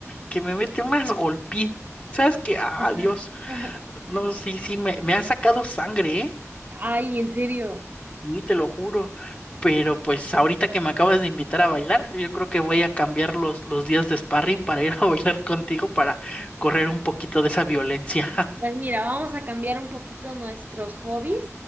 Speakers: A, on the left (about 25°); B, on the right (about 35°).
A: que me mete unas golpizas que, ah,
B: Ajá.
A: Dios,
B: <laughs>
A: no, sí, sí, me, me ha sacado sangre, ¿eh?
B: Ay, en serio.
A: Y te lo juro. Pero pues ahorita que me acabas de invitar a bailar, yo creo que voy a cambiar los, los días de sparring para ir a <laughs> bailar contigo para correr un poquito de esa violencia.
B: Pues mira, vamos a cambiar un poquito nuestros hobbies